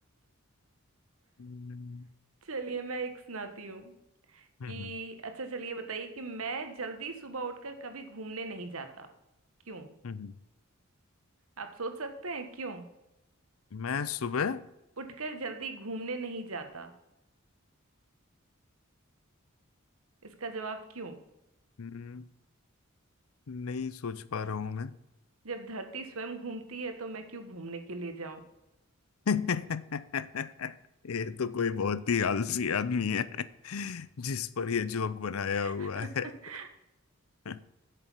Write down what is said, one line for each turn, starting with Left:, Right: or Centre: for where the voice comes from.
Left: हम्म,
Right: चलिए मैं एक सुनाती हूँ
Left: हम्म,
Right: कि अच्छा चलिए बताइए कि मैं जल्दी सुबह उठकर कभी घूमने नहीं जाता क्यों
Left: हम्म।
Right: आप सोच सकते हैं क्यों
Left: मैं सुबह
Right: उठकर जल्दी घूमने नहीं जाता इसका जवाब क्यों
Left: हम्म, नहीं सोच पा रहा हूं मैं
Right: जब धरती स्वयं घूमती है तो मैं क्यों घूमने के लिए जाऊं
Left: <laughs> ये तो कोई बहुत ही आलसी आदमी है जिस पर ये जोक बनाया
Right: <laughs>
Left: हुआ है <laughs>